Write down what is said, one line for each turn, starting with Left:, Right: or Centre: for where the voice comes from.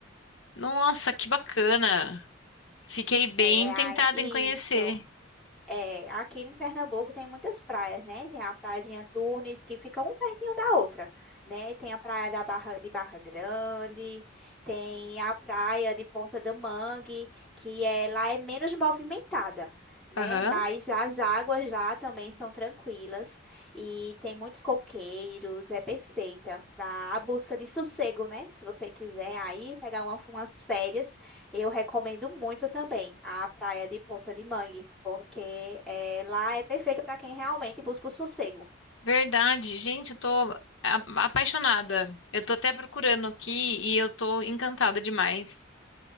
Left: Nossa, que bacana. Fiquei bem
Centre: É,
Left: tentada
Centre: ai, isso.
Left: em conhecer.
Centre: É, aqui em Pernambuco tem muitas praias, né? Tem a Praia de Antunes, que fica um pertinho da outra, né? Tem a Praia da Barra, de Barra Grande, tem a Praia de Ponta do Mangue, que é, lá é menos movimentada, né?
Left: Aham.
Centre: Mas as águas lá também são tranquilas e tem muitos coqueiros, é perfeita para a busca de sossego, né? Se você quiser aí pegar uma- umas férias eu recomendo muito também a praia de Ponta de Mangue, porque eh, lá é perfeito para quem realmente busca o sossego.
Left: Verdade, gente, eu tô a- apaixonada. Eu tô até procurando aqui e eu tô encantada demais.